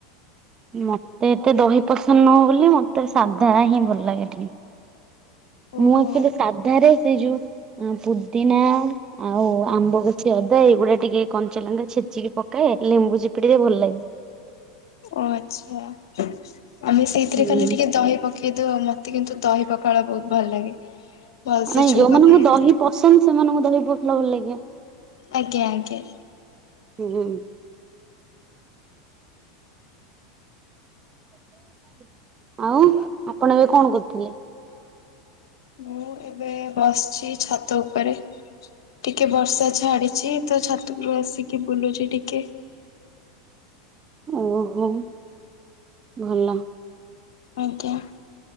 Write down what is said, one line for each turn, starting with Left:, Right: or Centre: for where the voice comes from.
Right: ମତେ ଏତେ ଦହି ପସନ୍ଦ ନୁହଁ ବୋଲି ମତେ ସାଧା ହିଁ ଭଲ ଲାଗେ ଟିକେ।
Left: ଓହୋ
Right: ମୁଁ ଆକ୍ଚୁଆଲି ସାଧାରେ ସେ ଯୋଉ ପୁଦିନା ଆଉ ଆମ୍ବ କଷି ଅଦା ଏଇଗୁଡ଼ା ଟିକେ କଞ୍ଚା ଲଙ୍କା ଛେଚିକି ପକାଏ ଲେମ୍ବୁ ଚିପୁଡ଼ିଲେ ଭଲ ଲାଗେ।
Left: ଓ ଆଚ୍ଛା ଆମେ ସେଇଥିରେ
Right: ହୁଁ
Left: ଖାଲି ଟିକେ ଦହି ପ କିନ୍ତୁ ମତେ କିନ୍ତୁ ଦହି ପଖାଳ ବହୁତ ଭଲ ଲାଗେ। ଭଲସେ
Right: ନାଇଁ
Left: ଛୁଙ୍କ
Right: ଯୋଉମାନଙ୍କୁ
Left: ଦିଆହେଇଛି
Right: ଦହି ପସନ୍ଦ ସେମାନଙ୍କୁ ଦହି ପକେଇଲେ ଭଲ ଲାଗିବ।
Left: ଆଜ୍ଞା ଆଜ୍ଞା।
Right: ହୁଁ ହୁଁ। <inaudible> ଆଉ ଆପଣ ଏବେ କଣ କରୁଥିଲେ?
Left: ମୁଁ ଏବେ ବସିଛି ଛାତ ଉପରେ। ଟିକେ ବର୍ଷା ଛାଡିଛି ତ ଛାତ ଉପରୁ ଆସିକି ବୁଲୁଛି ଟିକେ।
Right: ଓହୋ ଭଲ
Left: ଆଜ୍ଞା।